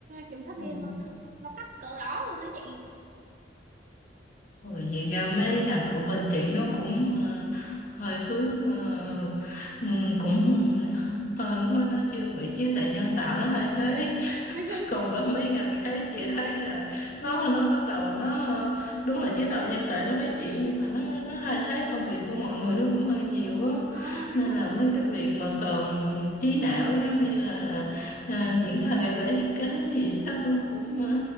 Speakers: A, on the right; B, on the left.
A: kiểm soát
B: Ừ.
A: viên luôn á nó cắt cỡ đó luôn đó chị
B: Rồi vậy ra mấy ngành của bên chị nó cũng ờ, hơi hướng ờ, ừ, cũng ờ, hên quá nó chưa bị trí tuệ nhân tạo nó thay thế.
A: <laughs> nói chung
B: còn bên mấy ngành khác chị thấy là nó nó bắt đầu nó ờ, đúng là trí tuệ nhân tạo nó phát triển nhưng mà nó nó thay thế công việc của mọi người nó cũng hơi nhiều á
A: Ờ, nói
B: nên
A: chung
B: là
A: là
B: mấy cái việc mà cần trí não giống như là ờ, triển khai bản vẽ thiết kế thì chắc nó cũng ờ,